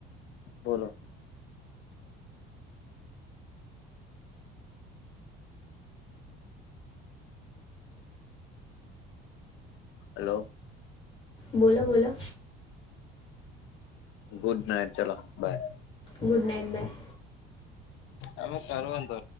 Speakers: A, on the left; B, on the left.
A: બોલો. હલો.
B: બોલો બોલો.
A: ગુડ નાઈટ ચલો બાય.
B: Good night bye.
A: અમે કર તો